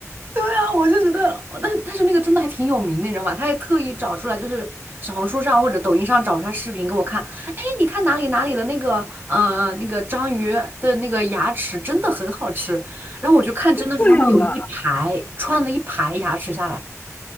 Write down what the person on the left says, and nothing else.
这样的